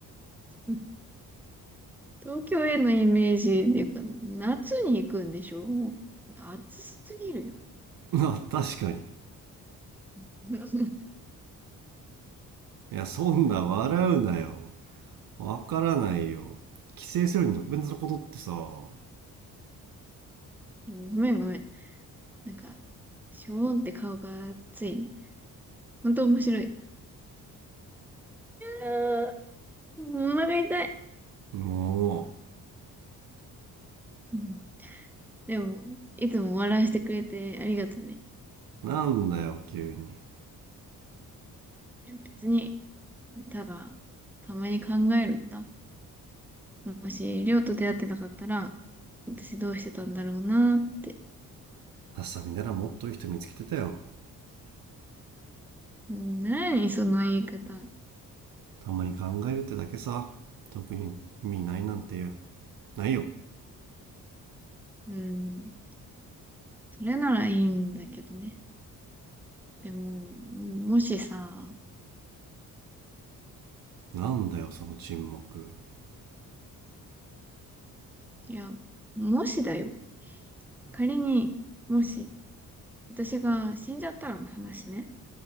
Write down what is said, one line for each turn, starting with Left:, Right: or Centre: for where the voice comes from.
Centre: <laughs> うん東京へのイメージっていうか、夏に行くんでしょもう暑すぎるよ。
Right: う <laughs> あ確かに
Centre: うん <laughs>
Right: いやそんな笑うなよわからないよ帰省するのに特別なことってさも
Centre: ごめんごめん。なんか、ショーンって顔が熱いね。ほんと面白い。いやー、もうお腹痛い。
Right: う
Centre: うんでも、いつも笑わせてくれてありがとうね。
Right: なんだよ急に
Centre: 別に、ただ、たまに考えるんだ。もし、りょうと出会ってなかったら、私どうしてたんだろうなーって。
Right: あっさみならもっといい人見つけてたよ
Centre: うん何その言い方。
Right: たまに考えるってだけさ特に意味ないなんていうないよ
Centre: うん。それならいいんだけどね。でも、もしさ、
Right: なんだよその沈黙
Centre: いや、もしだよ。仮に、もし、私が死んじゃったらの話ね。